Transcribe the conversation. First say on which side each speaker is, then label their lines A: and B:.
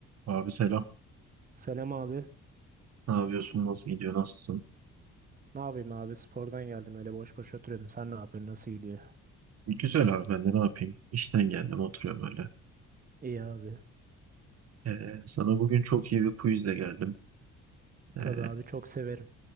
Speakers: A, on the right; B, on the right.
A: Abi selam.
B: Selam abi.
A: Ne yapıyorsun? Nasıl gidiyor? Nasılsın?
B: Ne yapayım abi? Spordan geldim öyle boş boş oturuyordum. Sen ne yapıyorsun? Nasıl gidiyor?
A: E, Güzel abi ben de ne yapayım? İşten geldim oturuyorum öyle.
B: İyi abi.
A: Ee, sana bugün çok iyi bir quizle geldim. Ee,
B: Tabii abi çok severim.